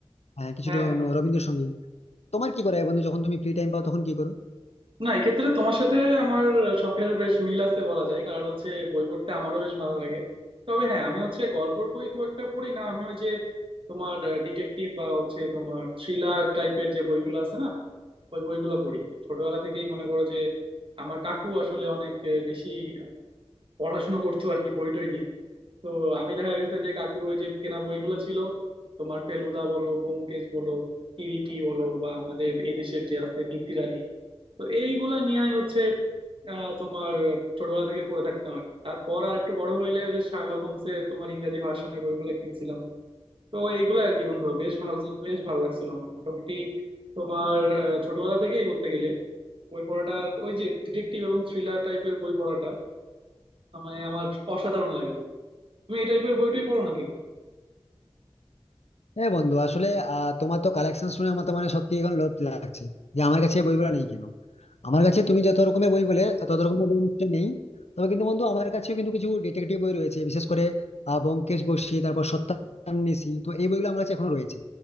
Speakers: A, on the left; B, on the right.
A: আহ, কিছু
B: হ্যাঁ
A: রবীন্দ্রসঙ্গীত তোমার কি করা হয় বন্ধু যখন তুমি ফ্রি টাইম পাও তখন কি করো
B: না এক্ষেত্রে তোমার সাথে আমার শখের বেশ মিল আছে বলা যায় কারণ হচ্ছে বই পড়তে আমারও বেশ ভালো লাগে তবে হ্যাঁ আমি হচ্ছে গল্পের বই খুব একটা পড়ি না আমি ওই যে তোমার ডিটেকটিভ বা হচ্ছে তোমার থ্রিলার টাইপের যে বইগুলো আছে না ওই বইগুলো পড়ি ছোটবেলা থেকেই মনে করো যে আমার কাকু আসলে অনেক আহ, বেশি আহ, পড়াশোনা করতো আর কি বই টই নিয়ে। তো আমি দেখা গেছে যে কাকুর ওই যে কেনা বইগুলো ছিল তোমার ফেলুদা বলো ব্যোমকেশ বলো কিরিটি বলো বা আমাদের এই দেশের যে আছে মিসির আলী তো এইগুলা নিয়েই হচ্ছে আহ, তোমার ছোটবেলা থেকে পড়ে থাকতাম আর কি তারপর আর একটু বড় হইলে ওই যে শার্লক হোমসের তোমার ইংরেজি ভার্সনের বইগুলো কিনছিলাম তো এইগুলো আর কি বন্ধু বেশ ভালো বেশ ভালো লাগছিল আমার মোটামুটি তোমার আহ, ছোটবেলা থেকেই বলতে গেলে বই পড়াটার ওই যে ডিটেকটিভ এবং থ্রিলার টাইপের বই পড়াটা মানে আমার অসাধারণ লাগে বন্ধু। তুমি এই টাইপের বইটই পড়ো নাকি
A: হ্যাঁ বন্ধু আসলে আহ, তোমার তো কালেকশন শুনে আমার তো মানে সত্যি এখন লোভ লাগছে যে আমার কাছে এই বইগুলো নেই কেন আমার কাছে তুমি যত রকমের বই বলে তত রকমের বই নিশ্চয়ই নেই তবে কিন্তু বন্ধু আমার কাছেও কিন্তু কিছু ডিটেকটিভ বই রয়েছে বিশেষ করে আহ, ব্যোমকেশ বক্সী তারপর সত্যান্বেষী তো এই বইগুলো আমার কাছে এখনো রয়েছে